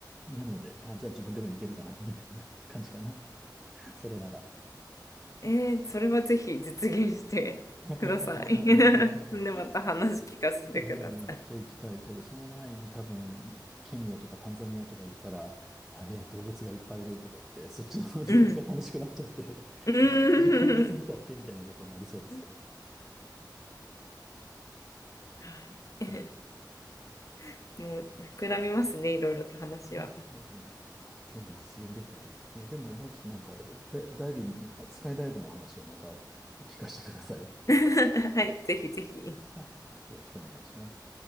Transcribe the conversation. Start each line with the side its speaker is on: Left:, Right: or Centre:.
Centre: なので、あ、じゃあ自分でも行けるかな、<laughs> みたいな感じかな。それなら。
Left: えええそれはぜひ実現してください。
Centre: <laughs>
Left: <laughs> で、また話聞かせてください。
Centre: で、めっちゃ行きたいけど、その前に多分、ケニアとかタンザニアとか行ったら、やべえ、動物がいっぱいいるとか言って、そっちの方でなんか楽しくなっちゃって、
Left: うん。うーん。
Centre: <laughs> じ時間が過ぎちゃってみたいなことになりそうですけど。
Left: <laughs> はい。
Centre: ええ
Left: <laughs> もう膨らみますね、いろいろと話は。
Centre: ねえ、ねえ、ねえ、し全部実現できたらいいですね。でも、まずなんか、ダダイビング、あスカイダイブの話はまた聞かせてください。
Left: <laughs> はい、ぜひぜひ。
Centre: はい。よろしくお願いします。